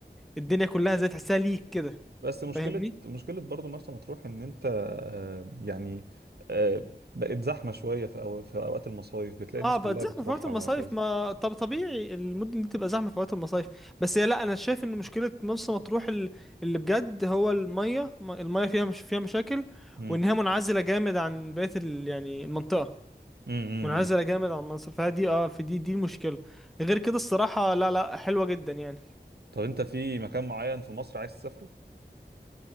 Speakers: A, in the centre; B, on the right.
A: الدنيا كلها زي تحسها ليك كده
B: بس مشكلة
A: فاهمني؟
B: مشكلة برضو مرسى مطروح ان انت آه، يعني آه، بقت زحمة شوية في أو- في اوقات المصايف بتلاقي الناس
A: اه بقت
B: كلها
A: زحمه
B: بتروحها
A: في وقت المصايف
B: وهكذا
A: ما طب طبيعي المدن دي تبقى زحمه في وقت المصايف بس هي لا انا شايف ان مشكله مرسى مطروح ال- اللي بجد هو الميه م- الميه فيها مش فيها مشاكل
B: امم
A: وان هي منعزله جامد عن بقيه ال... يعني المنطقه
B: امم أمم.
A: منعزله جامد عن مصر فدي اه في دي دي المشكله غير كده الصراحه لا لا حلوه جدا يعني
B: طب انت في مكان معين في مصر عايز تسافره